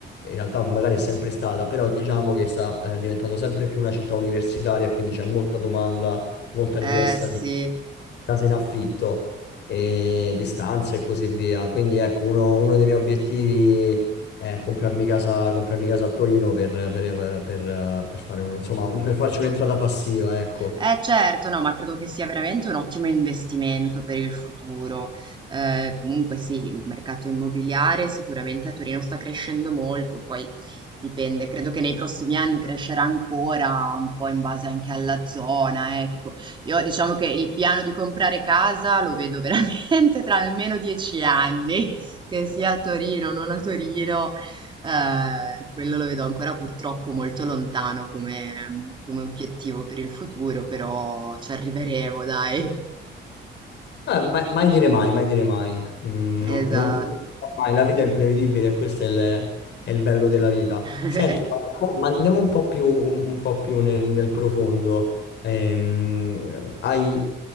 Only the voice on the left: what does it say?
in realtà magari è sempre stata, però diciamo che sta eh, diventando sempre più una città universitaria, quindi c'è molta domanda, molta
richiesta
case in affitto e di stanze e così via. Quindi ecco, uno, uno dei miei obiettivi è comprarmi casa, comprarmi casa a Torino per, per- per- per fare un- insomma, un- per farci un'entrata passiva, ecco.
Eh, mai, mai dire mai, mai dire mai. Mm, no-
non, non si sa mai, la vita è imprevedibile e questo è il, è il bello della vita.
Senti, ma andiamo, ma andiamo un po' più, un- un po' più nel, nel profondo. Ehm, hai